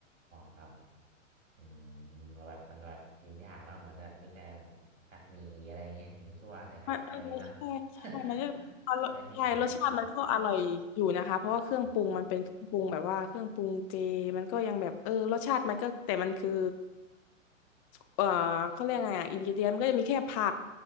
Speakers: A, on the right; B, on the left.
A: ครับอืมแล้วแบบมันแบบกินยากเนอะเหมือนแบบมีแต่ผัดหมี่อะไรเงี้ยมีซั่วใส่ผักอะไรอย่างเงี้ยเนาะ
B: มันเออใช่ใช่มันก็อร่อยใช่รสชาติมันก็อร่อยอยู่นะคะเพราะว่าเครื่องปรุงมันเป็นเครื่องปรุงแบบว่าเครื่องปรุงเจมันก็ยังแบบเออรสชาติมันก็แต่มันคือ
A: <laughs> ไปที่ไหนนี่แต่ผักผักครับ
B: เออเขาเรียกไงอ่ะอินกเดียนมันก็จะมีแค่ผัก